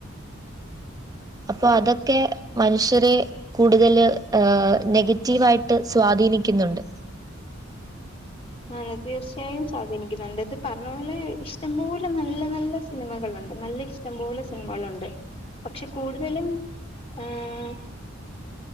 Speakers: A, on the right; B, on the left.
A: അപ്പൊ അതെക്കെ മനുഷ്യരെ കൂട്തല് ഹ് നെഗറ്റീവായിട്ട് സ്വാധീനിക്കുന്നുണ്ട്
B: ആണ് തീർച്ചയായും സ്വാധീനിക്കുന്നുണ്ട് ഇത് പർണ പോലെ ഇഷ്ടംപോലെ നല്ല നല്ല സിനിമകളുണ്ട് നല്ല ഇഷ് ടം പോലെ സിനിമകളുണ്ട് പക്ഷെ കൂട്തലും ആഹ്